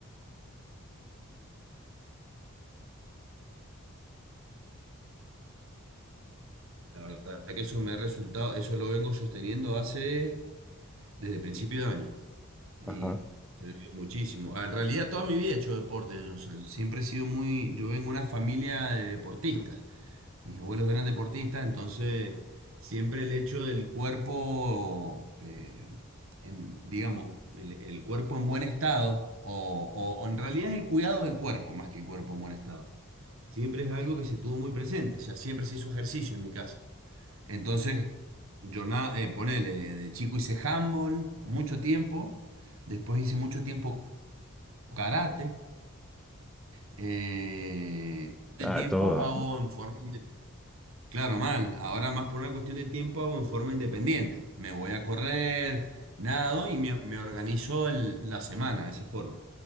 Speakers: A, on the right; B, in the centre.
A: la verdad que eso me ha resultado, eso lo vengo sosteniendo hace desde principio de año y
B: Ajá.
A: sirvió muchísimo. Ah, En realidad toda mi vida he hecho deporte, yo, o sea, siempre he sido muy, yo vengo de una familia de deportistas, mis abuelos eran deportistas, entonces siempre el hecho del cuerpo, eh, en, digamos, el, el cuerpo en buen estado, o, o o en realidad es el cuidado del cuerpo más que el cuerpo en buen estado, siempre es algo que se tuvo muy presente, o sea, siempre se hizo ejercicio en mi casa. Entonces, yo na- eh, ponele, de chico hice handball mucho tiempo, después hice mucho tiempo karate, eh, de
B: Ah,
A: tiempos
B: todo.
A: hago en forma independiente. Claro, mal, ahora más por una cuestión de tiempo hago en forma independiente. Me voy a correr, nado y me, me organizo el- la semana de esa forma.